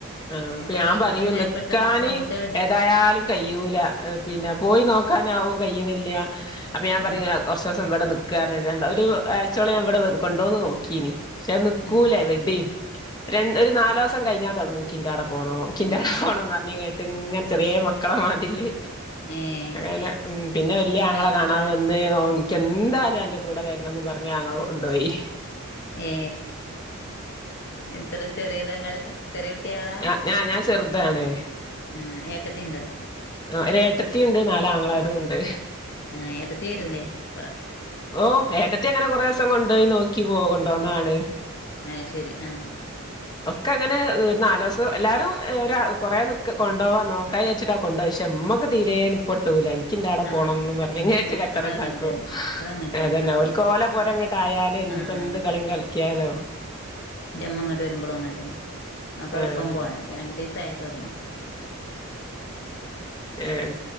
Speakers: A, on the left; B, on the left.
A: ആഹ അപ്പൊ ഞാൻ
B: കീപ്പട്ടും
A: പറയൂന്ന്
B: മേപ്പട്ടും
A: കാനി
B: പെൺകുട്ടികളുണ്ട്
A: ഏതായാലും കഴ്യൂല പിന്നെ പോയി നോക്കാനവും കഴ്യുന്നില്ല അപ്പം ഞാൻ
B: ഉം
A: പറഞ്ഞ കുറച്ച് ദിവസം എവിടെ നിക്കാ <unintelligible> ഒരു ആഴ്ചോളം ഞാൻ ഇവിടെ കൊണ്ടുവന്ന് നോക്കീന് പക്ഷെ നിക്കൂലേ
B: ഉം
A: വെഡി ര ഒരു നാലോസം കിഞ്ഞാൽ തുടങ്ങും ഇൻകിന്റെടെ പോണോ ഇൻകിന്റെടെ പോണോന്ന്റിഞ്ഞകി ഇങ്ങന ചെറിയ മക്കളെ മാതില്
B: ഏഹ്
A: അങ്ങനെ പിന്നെ വല്യ
B: ഇങ്ങക്ക്
A: ആങ്ങളെ കാണാവ ന്ന് ഓ എനിക്കെന്തായാലും അന്റെ കൂടെ വരണന്ന് പറഞ്ഞ് അങ്ങള കൊണ്ടുപോയി
B: ഏ എത്ര ചെറിയതാങ്ങള് ചെറിയ കുട്ടികളാ
A: ആ ഞാ ഞാൻ ചെറുതാണ്
B: ഉം ഏട്ടത്തിണ്ടോ
A: ഒരെട്ടത്തി ഉണ്ട് നാല ആംളാരും ഉണ്ട്
B: ആ എടത്തി വരുംല്ലേ ഇപ്പ
A: ഓ ഏട്ടത്തി അങ്ങനെ കൊറെേ ദിവസം കൊണ്ടുപോയി നോക്കി പോ കൊണ്ടോന്നാണ്
B: ഐശെരി ആഹ്
A: ഒക്കെ അങ്ങനെ നലോസം എല്ലാരും ഒരു കൊറെ നിക്ക കൊണ്ടോവാ നോക്കായി വെച്ചിട്ട കൊണ്ട പക്ഷെ ഉമ്മക്ക് തീരെ നിപ്പിടൂല എനിക്കിന്റൊവിടെ
B: ആഹ്
A: പോണണംന്നന്ന് പറഞ്ഞങ്ങട്ട് കച്ചറ
B: അതങ്ങൻ
A: ഉണ്ടാക്കും
B: തന്നെ അതങ്ങൻ തന്നെ
A: അതന്നെ അവ കോല പോരംങ്ങോട്ട ആായാലും ഇനിിപ്പോ
B: ആഹ്
A: എന്ത് കളിയും കളിക്കിയാലോ
B: എന്റെ അമ്മ അങ്ങോട്ട് വരുമ്പോളും അങ്ങനെ തന്നെ ആൾക്ക് എളുപ്പം
A: ആഹ്
B: പോകണം രണ്ട് ദിവസ ആയ തുടങ്ങും
A: ഏ